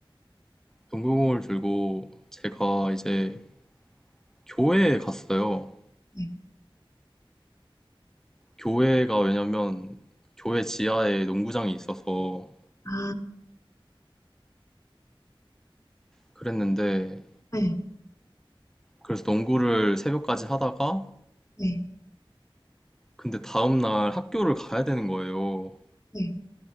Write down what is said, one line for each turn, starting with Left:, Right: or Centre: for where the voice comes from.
Centre: 농구공을 들고 제가 이제 교회에 갔어요.
Left: 네.
Centre: 교회가 왜냐면 교회 지하에 농구장이 있어서
Left: 아,
Centre: 그랬는데
Left: 네.
Centre: 그래서 농구를 새벽까지 하다가
Left: 네.
Centre: 근데 다음날 학교를 가야 되는 거예요.
Left: 네.